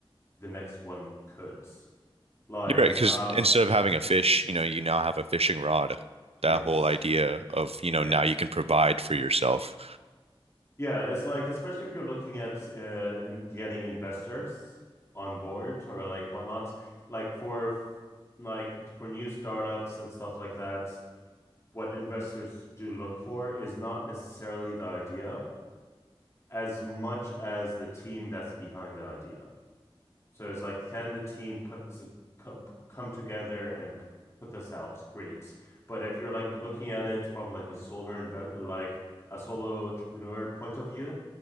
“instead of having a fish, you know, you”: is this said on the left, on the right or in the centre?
Right